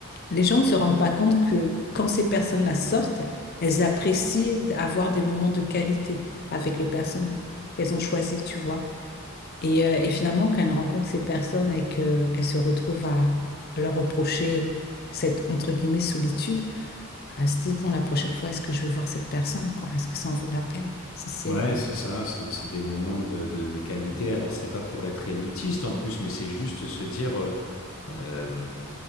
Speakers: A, on the left; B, on the left.
A: les gens ne se rendent pas compte que quand ces personnes-là sortent, elles apprécient d'avoir des moments de qualité avec les personnes qu'elles ont choisies, tu vois. Et, euh, et finalement, quand elle rencontre ces personnes et qu'elle se retrouve à, à leur reprocher euh, cette, entre guillemets, solitude, elle se dit, bon, la prochaine fois, est-ce que je vais voir cette personne, quoi? Est-ce que ça en vaut la peine? Si c'est...
B: Ouais,
A: euh,
B: c'est ça, c'est c'est des moments de, de, de qualité. Alors, c'est pas pour être élitiste en plus, mais c'est juste se dire, euh, euh,